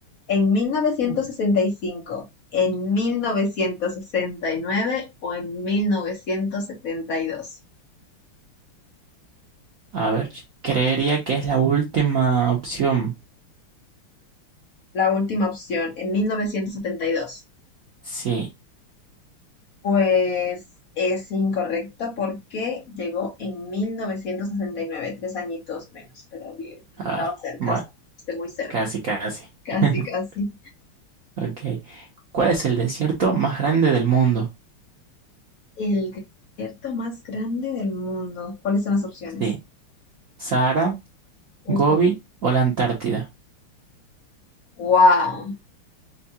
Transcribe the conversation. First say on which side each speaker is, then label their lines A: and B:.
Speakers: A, on the left; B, on the right.
A: ¿En mil novecientos
B: Uh.
A: sesenta y cinco, en 1969 o en mil novecientos setenta y dos.
B: A ver, creería que es la última opción.
A: La última opción, en mil novecientos setenta y dos
B: Sí,
A: Pues es incorrecto porque llegó en mil novecientos sesenta y nueve tres añitos menos, pero bien,
B: ay,
A: estaba cerca,
B: bueno,
A: esté muy cerca.
B: casi, casi.
A: Casi,
B: <laughs>
A: casi.
B: Ok. ¿Cuál es el desierto más grande del mundo?
A: El desierto más grande del mundo. ¿Cuáles son las opciones?
B: Sí. Sahara,
A: Ujú.
B: ¿Gobi o la Antártida?
A: Wow.